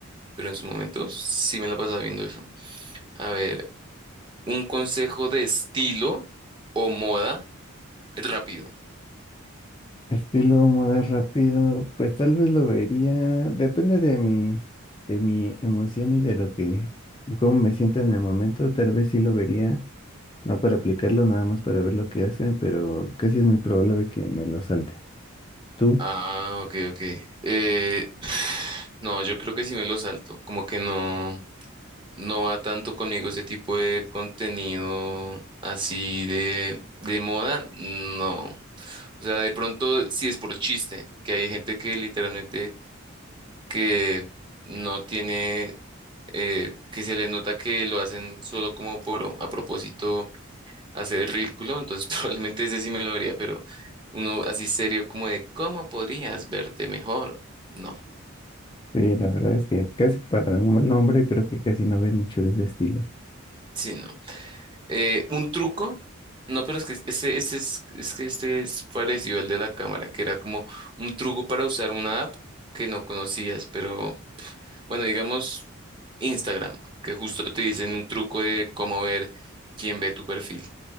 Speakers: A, on the right (about 20°); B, on the left (about 20°).
A: pero en su momento sí me la pasaba viendo eso. A ver, un consejo de estilo o moda rápido.
B: Estilo mover rápido, pues tal vez lo vería, depende de mi, de mi emoción y de lo que, cómo me sienta en el momento, tal vez sí lo vería, no para aplicarlo, nada más para ver lo que hace, pero casi es muy probable que me lo salte. ¿Tú?
A: Ah, ok, ok. Eh, <sighs> no, yo creo que sí me lo salto. Como que no. No va tanto conmigo ese tipo de contenido así de, de moda, no. O sea, de pronto sí es por chiste, que hay gente que literalmente que no tiene, eh, que se le nota que lo hacen solo como por a propósito hacer el ridículo, entonces <laughs> probablemente ese sí me lo vería, pero uno así serio como de, ¿cómo podrías verte mejor? No,
B: Sí, la verdad es que casi para un hombre creo que casi no ve mucho de ese estilo.
A: sí, no. Eh, un truco, no, pero es que este, este es, es que este es parecido al de la cámara, que era como un truco para usar una app que no conocías, pero bueno, digamos Instagram, que justo te dicen un truco de cómo ver quién ve tu perfil.